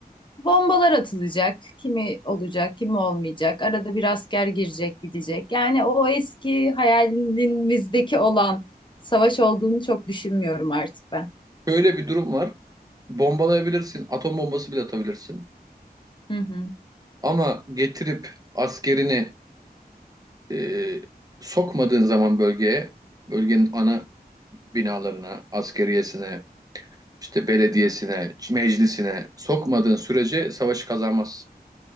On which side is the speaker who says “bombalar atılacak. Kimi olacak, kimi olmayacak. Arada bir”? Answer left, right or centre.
Left